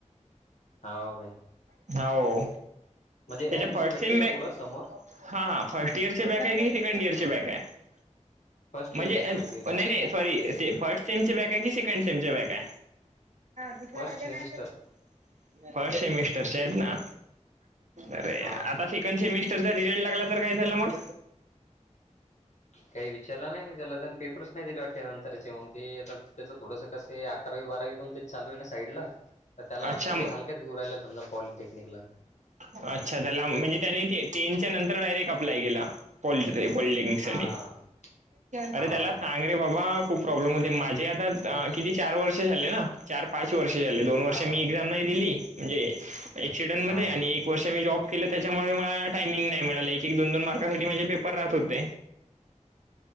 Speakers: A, on the left; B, on the right.
A: हाव काय
B: हो.
A: म्हणजे
B: त्याच्या
A: ऍडमिशन
B: फर्स्ट
A: भेटते
B: सेम
A: का
B: बॅक
A: पुढं समोर
B: हा हा फर्स्ट इयरचे बॅक आहे की सेकंड इयरचे
A: हां
B: बॅक आहे
A: फर्स्ट
B: म्हणजे
A: इयरचे फर्स्ट
B: नाही
A: इयरचे
B: नाही. सॉरी फर्स्ट सेमचे बॅग आहे कि सेकंड सेम चे बॅग आहे. दुसऱ्या
A: फर्स्ट
B: भाज्या
A: सेमिस्टर
B: फर्स्ट सेमिस्टरच्या आहेत ना? अरे
A: हां
B: आता सेकंड सेमिस्टर चा रिझल्ट लागला तर काय झालं मग?
A: काही विचारला नाही मी त्याला जण पेपर्स नाही दिले वाटते नंतरचे मग ते आता त्याचं थोडंस कस. ते अकरावी बारावी पण ते चालू आहे ना साईडला तर त्याला
B: अच्छा
A: वाटतं ते हलक्यात घेऊ राहिला समजा. पॉलिटेक्निकला
B: अच्छा त्याला म्हणजे त्यानी टेनच्या नंतर डायरेक्ट अप्लाय केला. फोल्ड रे, फोल्डींग मीक्सर
A: हां
B: घे अरे
A: हाव
B: त्याला सांग अरे बाबा खूप प्रॉब्लेम होते माझे, आता
A: हाव
B: किती चार वर्ष झाले ना? चार पाच वर्ष झाले, दोन वर्ष मी
A: ना. हो ना.
B: एक्झाम नाही दिली, म्हणजे एक्सिडंट
A: हां,
B: मध्ये
A: हां.
B: आणि एक वर्ष मी जॉब केलं, त्याच्यामुळे मला टायमिंग नाही मिळाले. एक एक दोन दोन मार्कासाठी माझे पेपर राहत होते.
A: <inaudible>